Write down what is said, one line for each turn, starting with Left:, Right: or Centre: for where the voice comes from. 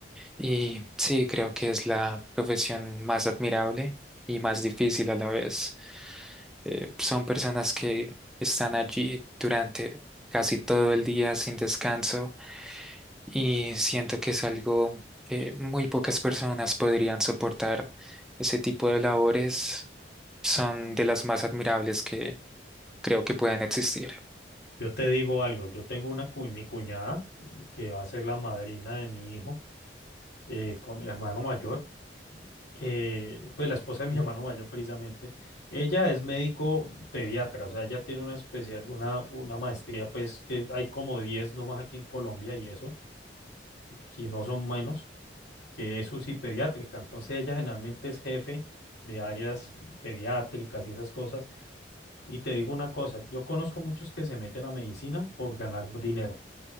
Centre: Y sí, creo que es la profesión más admirable y más difícil a la vez. Eh, son personas que están allí durante casi todo el día sin descanso y siento que es algo que muy pocas personas podrían soportar. Ese tipo de labores son de las más admirables que creo que pueden existir.
Left: Yo te digo algo, yo tengo una cu- mi cuñada que va a ser la madrina de mi hijo, eh, con mi hermano mayor. eh, pues la esposa de mi <laughs> hermano mayor precisamente, ella es médico pediatra, o sea, ella tiene una especial, una, una maestría, pues que hay como 10 nomás aquí en Colombia y eso, si no son menos, que es UCI pediátrica, entonces ella generalmente es jefe de áreas pediátricas y esas cosas, y te digo una cosa, yo conozco muchos que se meten a medicina por ganar dinero,